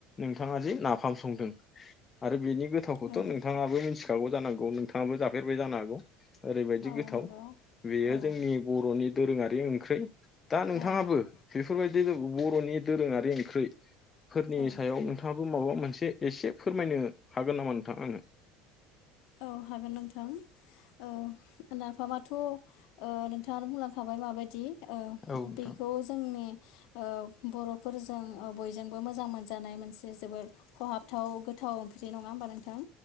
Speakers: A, on the left; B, on the left.
A: नोंथाङा जि नाफाम संदों आरो बेनि गोथावखौथ'
B: औ
A: नोंथाङाबो मिथिखागौ जानांगौ नोंथाङाबो जाफेरबाय जानो हागौ ओरैबायदि
B: औ
A: गोथाव
B: नंगौ
A: बेयो
B: औ
A: जोंनि बर'नि दोरोङारि ओंख्रौइ दा नोंथाङाबो
B: औ
A: बेफोर बायदि बर'नि दोरोङारि ओंख्रि फोरनि
B: औ
A: सायाव नोंथां माबा मोनसे एसे फोरमायनो हागोन नामा नोंथां आङो
B: औ हागोन नोंथां औ नाफामाथ' ओ नोंथाङा बुंलांखाबाय माबायदि ओ
A: औ नोंथां
B: बेखौ जोंनि ओ बर'फोरजों ओ बयजोंबो मोजां मोनजानाय मोनसे जोबोद खहाबथाव गोथाव गो थाव ओंख्रि नङाहोमबा नोंथां